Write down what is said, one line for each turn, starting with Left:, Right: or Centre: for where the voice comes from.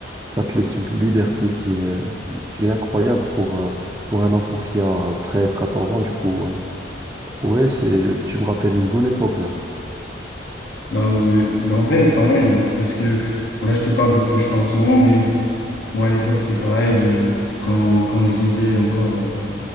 Right: ça te laisse une liberté qui est, euh, qui est incroyable pour, euh, pour un enfant qui a 13 14 ans. Du coup, euh, ouais, c'est, tu me rappelles une bonne époque là.
Left: Non, non, mais, mais en vrai, pareil, hein, parce que, bon, là, je te parle de ce que je fais en ce moment, mais moi, à l'époque, c'était pareil, euh, quand, quand je vivais encore, euh,